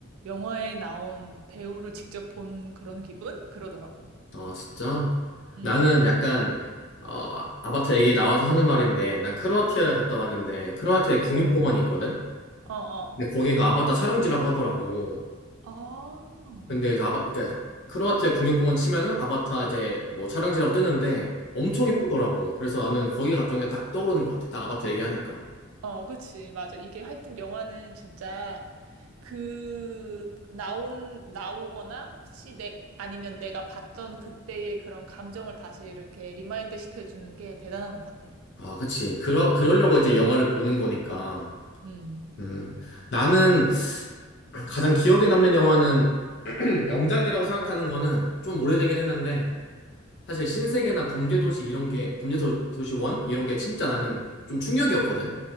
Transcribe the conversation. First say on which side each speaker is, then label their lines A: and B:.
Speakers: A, on the right (about 85°); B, on the left (about 60°).
A: 영화에 나온 배우를 직접 본 그런 기분? 그러더라고.
B: 아, 진짜?
A: 음.
B: 나는 약간, 어, 아바타 얘기 나와서 하는 말인데, 난 크로아티아를
A: 음.
B: 갔다 왔는데, 크로아티아에 국립공원이
A: 어,
B: 있거든?
A: 어, 어.
B: 근데 거기가 아바타 촬영지라고 하더라고.
A: 아, 어,
B: 근데 그래서 아바, 그러니까 크로아티아 국립공원 치면은 아바타 이제 뭐 촬영지라고 뜨는데, 엄청 이쁘더라고. 그래서 나는 거기 갔던 게 딱 떠오르는 것 같아. 딱 아바타 얘기하니까.
A: 어, 그치. 맞아. 이게 하여튼 영화는 진짜 그, 나온, 나오거나 혹시 내, 아니면 내가 봤던 그때의 그런 감정을 다시 이렇게 리마인드 시켜주는 게 대단한 것 같아.
B: 아, 그치. 그러, 그러려고 이제 영화를 보는 거니까.
A: 음.
B: 음, 나는 가장 기억에 남는 영화는 명작이라고 생각하는 거는 좀 오래되긴 했는데 사실 신세계나 범죄도시 이런 게 범죄도시 원 이런 게 진짜 나는 좀 충격이었거든.